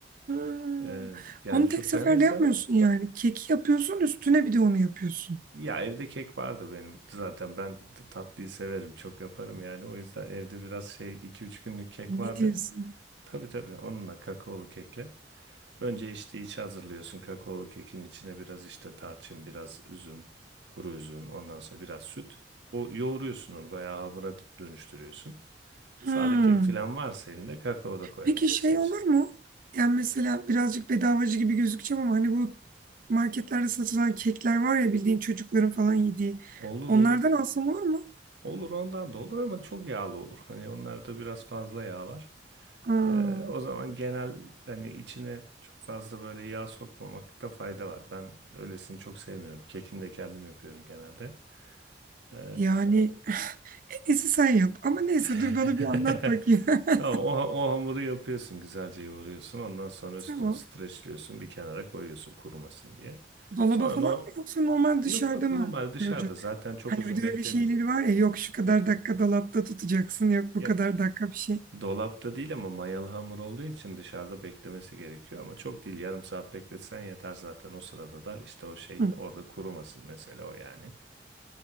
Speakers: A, on the right; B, on the right.
A: Hmm.
B: Ee, yani
A: Onu
B: çok
A: tek seferde
B: beğenirsen
A: yapmıyorsun yani. Keki yapıyorsun üstüne bir de onu yapıyorsun.
B: ya evde kek vardı benim. Zaten ben t- tatlıyı severim. Çok yaparım yani. O yüzden evde biraz şey iki üç günlük kek
A: Ne
B: vardı.
A: diyorsun?
B: Tabii tabii onunla kakaolu kekle. Önce işte iç hazırlıyorsun. Kakaolu kekin içine biraz işte tarçın, biraz üzüm, kuru üzüm, ondan sonra biraz süt. O yoğuruyorsun onu bayağı hamura d- dönüştürüyorsun.
A: Hmm.
B: Sade kek falan varsa elinde kakao da koyabilirsin.
A: Peki şey
B: içine.
A: olur mu? Yani mesela birazcık bedavacı gibi gözükeceğim ama hani bu marketlerde satılan kekler var ya bildiğin çocukların falan yediği.
B: Olur
A: Onlardan
B: olur.
A: alsam olur mu?
B: Olur ondan da olur ama çok yağlı olur. Hani onlarda biraz fazla yağ var.
A: Aa,
B: Ee, o zaman genel hani içine çok fazla böyle yağ sokmamakta fayda var. Ben öylesini çok sevmiyorum. Kekini de kendim yapıyorum genelde. Ee,
A: yani <laughs> neyse sen yap. Ama neyse
B: <laughs>
A: dur bana bir anlat bakayım.
B: Tamam,
A: <laughs>
B: o, ha- o hamuru yapıyorsun, güzelce yoğuruyorsun. Ondan sonra üstünü
A: Tamam.
B: streçliyorsun, bir kenara koyuyorsun kurumasın diye.
A: Dolaba
B: Sonra
A: falan
B: no
A: mı yoksa normal dışarıda
B: yok yok
A: mı
B: normal dışarıda
A: duracak?
B: zaten çok
A: Hani
B: uzun
A: bir de
B: beklemiyor.
A: öyle şeyleri var ya yok şu kadar dakika dolapta tutacaksın yok bu
B: Ya
A: kadar dakika bir şey.
B: Dolapta değil ama mayalı hamur olduğu için dışarıda beklemesi gerekiyor ama çok değil yarım saat bekletsen yeter zaten o sırada da işte o şey
A: Hı.
B: orada kurumasın mesela o yani.